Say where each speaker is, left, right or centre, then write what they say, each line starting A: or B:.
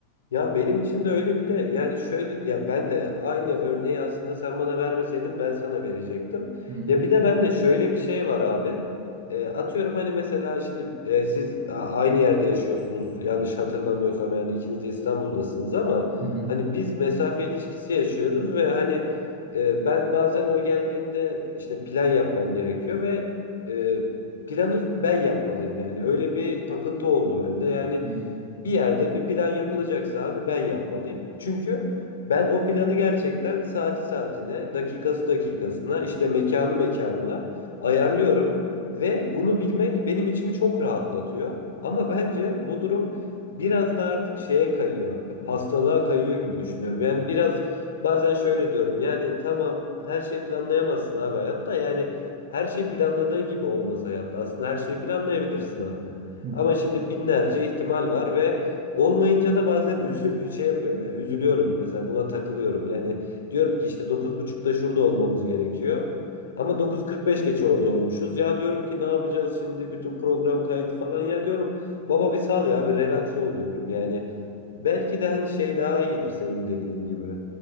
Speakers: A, on the left; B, on the right.
A: Ya benim için de öyle bir de yani şöyle ya ben de aynı örneği aslında sen bana vermeseydin ben sana verecektim.
B: Hı
A: Ya bir de ben de şöyle bir şey var abi. E, atıyorum hani mesela şimdi e, siz a- aynı yerde yaşıyorsunuz yanlış hatırlamıyorsam yani ikiniz de İstanbul'dasınız ama
B: hı hı.
A: hani biz mesafe ilişkisi yaşıyoruz ve hani e, ben bazen o geldiğinde işte plan yapmam gerekiyor ve e, planı ben yapmalıyım yani öyle bir takıntı oldu bende yani.
B: hı,
A: Bir yerde bir plan yapılacaksa abi ben yapmalıyım. Çünkü ben o planı gerçekten saati saatine, dakikası dakikasına, işte mekanı mekanına ayarlıyorum ve bunu bilmek benim içimi çok rahatlatıyor. Ama bence bu durum biraz da artık şeye kayıyor abi. Hastalığa kayıyor gibi düşünüyorum. Yani biraz bazen şöyle diyorum. Yani tamam her şeyi planlayamazsın abi hayatta. Yani her şey planladığın gibi olmaz hayatta. Aslında her şeyi planlayabilirsin abi.
B: hı.
A: Ama şimdi binlerce ihtimal var ve olmayınca da bazen üzü <laughs> şey yapıyorum yani üzülüyorum mesela buna takılıyorum. Yani diyorum ki işte dokuz buçukta şurada olmamız gerekiyor. Ama dokuzu kırk beş geç orada olmuşuz. Ya diyorum ki ne yapacağız şimdi bütün program kaydı falan ya diyorum baba bir sal ya bir relax ol diyorum. Yani belki de hani şey daha iyidir senin dediğin gibi.